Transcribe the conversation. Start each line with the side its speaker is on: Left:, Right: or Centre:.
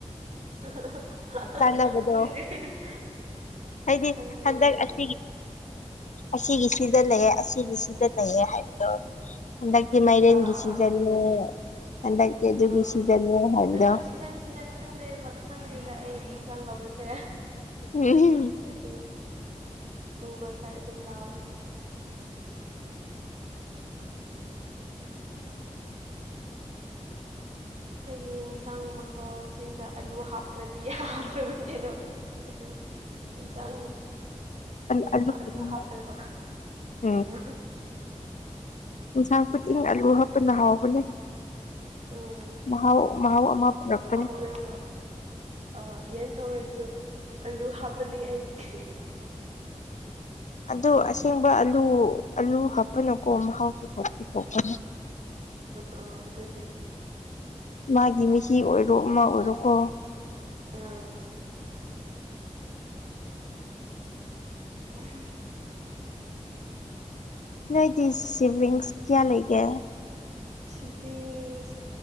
Right: <inaudible>
Left: ꯆꯥꯟꯅꯕꯗꯣ ꯍꯥꯏꯗꯤ
Right: ꯈꯪꯗꯦ
Left: ꯍꯟꯗꯀ ꯑꯁ ꯑꯁꯤꯒꯤ ꯁꯤꯖꯤꯟꯅꯩꯌꯦ ꯑꯁꯤꯒꯤ ꯁꯤꯖꯤꯟꯅꯩꯌꯂ ꯍꯥꯏꯕꯗꯣ ꯍꯟꯗꯛꯇꯤ ꯃꯥꯏꯔꯦꯟꯒꯤ
Right: ꯑꯥ
Left: ꯁꯤꯖꯟꯅꯦ
Right: ꯑꯥ
Left: ꯍꯟꯗꯛꯇꯤ ꯑꯗꯨꯒꯤ
Right: ꯑꯥ
Left: ꯁꯤꯖꯟꯅꯦ
Right: ꯑꯥ
Left: ꯍꯥꯏꯕꯗꯣ
Right: ꯑꯗꯨ ꯁꯤꯖꯟ ꯁꯤꯖꯟ ꯈꯪꯗꯦꯕꯗ ꯈꯪꯗꯦꯗ ꯑꯩ ꯁꯤ ꯆꯪꯂꯕꯁꯦ
Left: ꯎꯝ
Right: ꯑꯗꯨꯝ ꯑꯨꯕ ꯈꯩ ꯑꯗꯨꯝ ꯂꯧꯋꯦ ꯑꯩꯒꯤ ꯌꯦꯟꯁꯥꯡ ꯃꯈꯜꯁꯤꯡꯗ ꯑꯂꯨ ꯍꯥꯞꯇ꯭ꯔꯗꯤ ꯌꯥꯗ꯭ꯔꯕ ꯀꯩꯅꯣ ꯑꯗꯨ ꯏꯟꯁꯥꯡ ꯂ‌ꯣꯏꯅꯕ
Left: ꯑꯂꯨꯒꯤ
Right: ꯑꯂꯨ
Left: ꯃꯍꯥꯎ
Right: ꯍꯥꯞꯄꯦꯕ
Left: ꯎꯝ
Right: ꯑꯪ
Left: ꯏꯟꯁꯥꯡ ꯈꯨꯗꯤꯡ ꯑꯂꯨ ꯍꯥꯞꯇꯄꯅ ꯍꯥꯎꯕꯅꯦ
Right: ꯎꯝ
Left: ꯃꯥꯍꯧ ꯃꯍꯥꯎ ꯑꯃꯥ ꯄꯨꯔꯛꯄꯅ‌ꯦ
Right: ꯄꯨꯔꯁꯨ ꯑꯥ ꯌꯦꯟ ꯊꯣꯡꯔꯁꯨ ꯑꯂꯨ ꯍꯥꯞꯄꯅꯤ ꯑꯩ <unintelligible>
Left: ꯑꯗꯣ ꯑꯁꯦꯡꯕ ꯑꯂꯨ ꯑꯂꯨ ꯍꯥꯞꯄꯅꯀꯣ ꯃꯍꯥꯎ ꯊ‌ꯣꯛꯁꯨ ꯊꯣꯛꯄꯅ‌ꯦ
Right: ꯑꯥ ꯑꯗꯨꯅꯦ
Left: ꯃꯥꯒꯤ ꯃꯍꯤ ꯑꯣꯏꯔꯣ ꯑꯃ ꯑꯣꯏꯔꯣꯀꯣ
Right: ꯎꯝ ꯎꯝ
Left: ꯅꯣꯏꯗꯤ ꯁꯤꯕꯤꯡꯁ ꯀꯌꯥ ꯂꯩꯒꯦ
Right: ꯁꯤꯗꯤꯁ